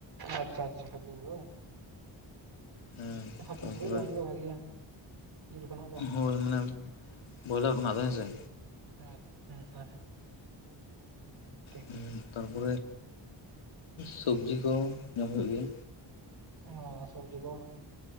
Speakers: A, on the right (about 50°); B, on the left (about 85°).
A: ᱟᱪᱪᱷᱟ ᱟᱪᱪᱷᱟ ᱦᱟᱠᱳ ᱠᱚᱜᱮ ᱵᱟᱝ?
B: ᱦᱮᱸ
A: ᱦᱟᱹᱠᱳ
B: ᱛᱟᱨᱯᱚᱨᱮ
A: ᱠᱚᱜᱮ ᱡᱚᱢ ᱜᱮ ᱵᱷᱟᱜᱮᱭᱟ ᱡᱤᱞ ᱠᱷᱚᱱᱟᱜ ᱫᱚ᱾
B: ᱦᱳᱭ ᱢᱟᱱᱮ ᱵᱚᱭᱞᱟᱨ ᱠᱷᱚᱱᱟᱜ ᱫᱚ ᱦᱮᱸᱥᱮ᱾
A: <unintelligible> ᱴᱷᱤᱠ
B: ᱦᱩᱸ ᱛᱟᱨᱯᱚᱨᱮ ᱥᱚᱵᱡᱤ ᱠᱚ ᱡᱚᱢ ᱦᱳᱭᱳᱜ ᱜᱮᱭᱟ᱾
A: ᱚ ᱥᱚᱵᱡᱤ ᱠᱚ